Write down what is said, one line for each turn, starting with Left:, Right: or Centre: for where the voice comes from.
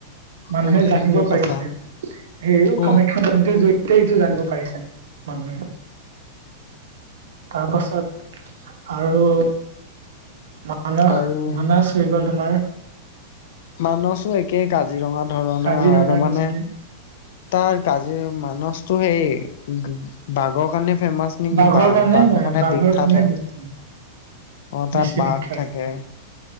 Right: মানুহে
Left: অ' ঠিকে
Right: জানিব পাৰিছে।
Left: কৈছা।
Right: সেয়ে
Left: অ'
Right: কামাখ্যা কেনেকে জৰিত সেইটো জানিব পাৰিছে মানুহে। তাৰপাছত আৰু মা মানস
Left: আৰু
Right: মানস হৈ গ'ল তোমাৰ
Left: মানসো একেই কাজিৰঙা ধৰণৰ
Right: কাজিৰঙাৰ
Left: হয় আৰু মানে
Right: নিচিনা
Left: তাৰ কাজিৰ মানসটো সেই বাঘৰ কাৰণে ফেমাচ নেকি
Right: বাঘৰ
Left: বা
Right: কাৰণে
Left: বাঘৰ
Right: হয়
Left: কানে বিখ্যাত
Right: কাৰণে
Left: হ
Right: বেছি
Left: অ তাত
Right: বেছি
Left: বাঘ
Right: বিখ্যাত।
Left: থাকে